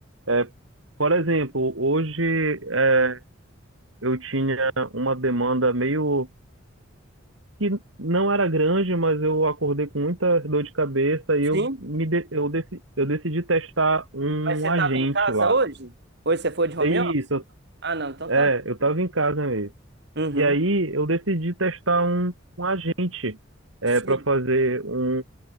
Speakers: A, on the right (about 85°); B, on the right (about 60°).
A: é, por exemplo, hoje é, eu tinha uma demanda meio que não era grande, mas eu acordei com muita dor de cabeça e
B: sim.
A: eu me de- eu, deci- eu decidi testar um
B: Mas você
A: agente
B: estava em casa
A: lá.
B: hoje? Hoje você foi de home
A: Isso,
B: office?
A: eu-
B: Ah, não, então
A: é,
B: tá bom.
A: eu tava em casa mesmo.
B: Uhum.
A: E aí eu decidi testar um, um agente
B: Sim.
A: para fazer um